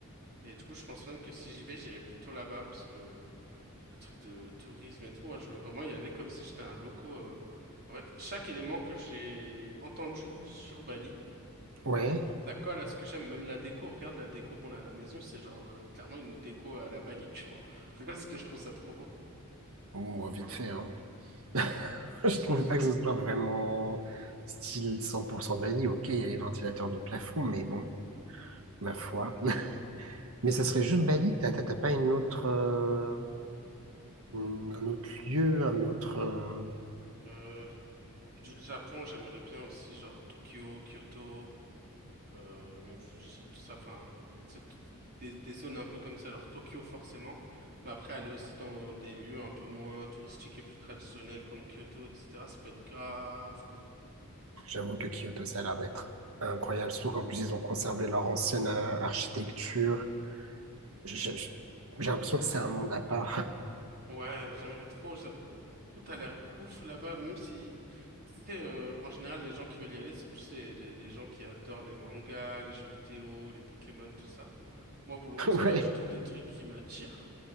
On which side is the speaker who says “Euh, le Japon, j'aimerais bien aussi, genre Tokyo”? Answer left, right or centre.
Right